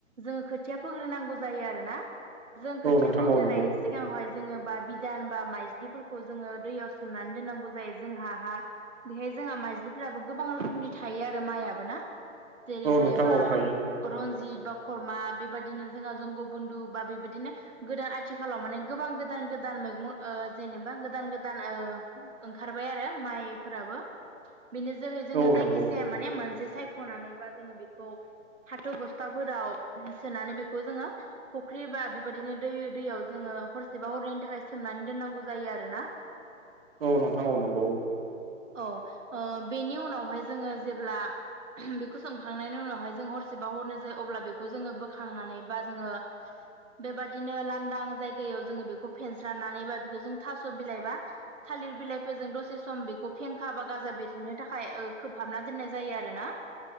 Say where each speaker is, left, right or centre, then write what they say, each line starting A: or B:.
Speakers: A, on the right; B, on the right.
A: जोङो खोथिया फोग्रोनांगौ जायो आरोना जों
B: औ
A: खोथिया
B: नोंथां
A: फोग्रोनायनि
B: औ नंगौ
A: सिगांआवहाय जोङो बा बिदान बा माइज्लिफोरखौ जोङो दैयाव सोमनानै दोननांगौ जायो जोंहा हा बेहाय जोंहा माइजलिफोराबो गोबां रोखोमनि थायो आरो माइयाबो ना? जेरैहाय
B: औ नोंथां
A: बा
B: औ थायो
A: रन्जित बा खरमा बेबायदिनो जोंहा जंग बन्दु बा बेबायदि बिदिनो गोदान आथिखालाव माने गोबां गोदान गोदान मैगं जेनेबा गोदान गोदान ओंखारबाय आरो माइफोराबो बेनो जोहै जोङो
B: औ
A: जायखिजाया
B: नंगौ
A: माने मोनसे सायख'नानैबा जोङो बेखौ फाथ' बस्थाफोराव सोनानै बेखौ जोङो फुख्रि बा बेबायदिनो दै दैयाव जोङो हरसेबा हरनैनि थाखाय सोमनानै दोननांगौ जायो आरोना।
B: औ नोंथां औ नंगौ
A: औ ओ बेनि उनावहाय जोङो जेब्ला बेखौ सोंखांनायनि उनावहाय जों हरसेबा हरनो जायो अब्ला बेखौ जोङो बोखांनानै बा जोङो बेबादिनो लांदां जायगायाव जोङो बेखौ फेनस्राननानै बा बेखौ जों थास' बिलाइबा थालिर बिलाइफोरजों दसे सम बेखौ फेंखा बा गाजा बेरेनो थाखाय खोबहाबना दोननाय जायो आरोना। <inaudible>